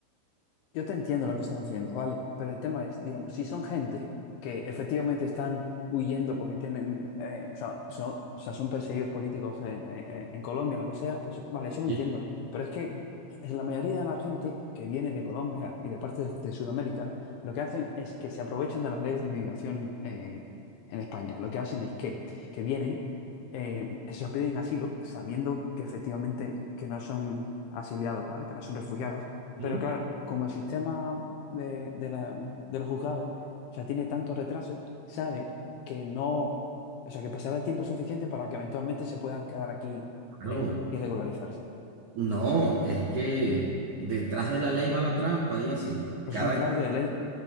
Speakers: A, on the left (about 75°); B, on the right (about 70°).
A: Yo te entiendo lo que estás diciendo, ¿vale? Pero el tema es, digamos, si son gente que efectivamente están huyendo porque tienen, eh, o sea, son, o sea, son perseguidos políticos en, en- en Colombia, lo que sea, pues vale, eso lo
B: Sí,
A: entiendo. Pero es que la mayoría de la gente que viene de Colombia y de parte de, de Sudamérica, lo que hacen es que se aprovechan de las leyes de inmigración eh, en España. Lo que hacen es que, que vienen, eh, se les piden asilo, sabiendo que efectivamente que no son... asiliados, ¿vale? Que no son refugiados,
B: sí.
A: pero claro, como el sistema de, de la- de los juzgados ya tiene tanto retraso, sabe que no, o sea, que pasará el tiempo suficiente para que eventualmente se puedan quedar aquí
B: Claro,
A: eh, y regularizarse.
B: No, es que detrás de la ley va la trampa, dicen.
A: Pero
B: Cada,
A: eso es un fraude de ley.